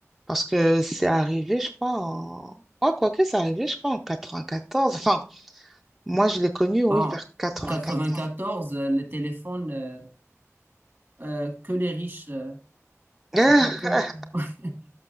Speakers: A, in the centre; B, on the right.
A: Parce que c'est arrivé, je crois, en... Ouais, quoique, c'est arrivé, je crois, en quatre-vingt-quatorze. Enfin, moi, je l'ai connu, oui,
B: Bon,
A: vers 94.
B: 94, euh, le téléphone, euh, euh, que les riches, euh,
A: <laughs>
B: c'est pour que... <laughs>